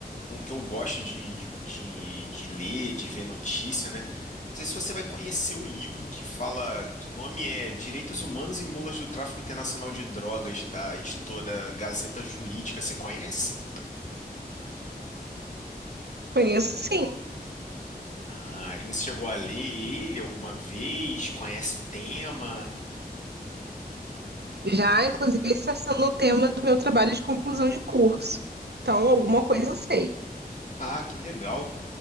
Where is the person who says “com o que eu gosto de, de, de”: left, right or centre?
Left